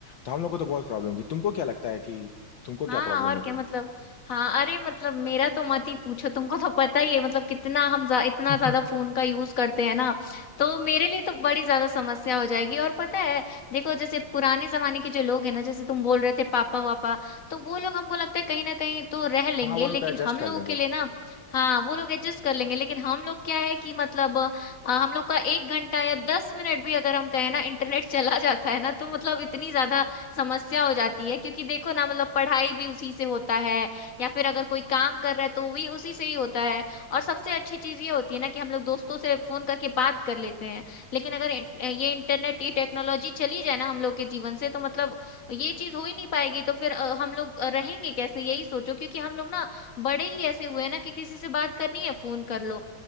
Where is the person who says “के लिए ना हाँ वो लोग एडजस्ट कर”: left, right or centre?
Left